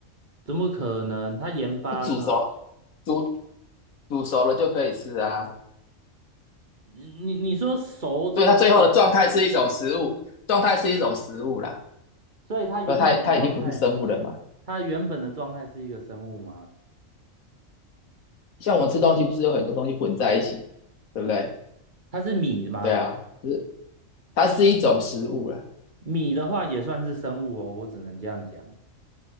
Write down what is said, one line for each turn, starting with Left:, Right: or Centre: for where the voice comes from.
Right: 怎么可能？它盐巴是吗？
Left: 煮熟了煮煮熟了就可以吃啊。
Right: 你你你说熟这个过
Left: 所以它最后的状态是一种食物，状态是一种食物啦。
Right: 所以它原本的状态，
Left: 那它它已经不是生物了嘛？
Right: 它原本的状态是一个生物吗？
Left: 像我们吃东西不是有很多东西混在一起，对不对？
Right: 它是米吗？
Left: 对啊，就是它是一种食物啦，
Right: 米的话也算是生物哦，我只能这样讲。